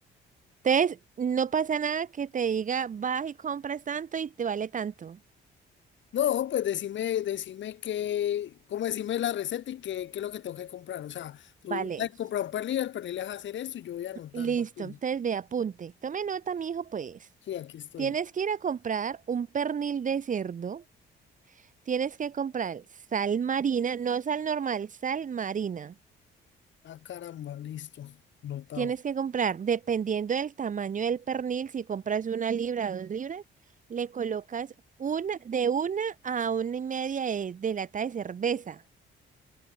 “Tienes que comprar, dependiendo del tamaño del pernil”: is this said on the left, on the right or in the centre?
Right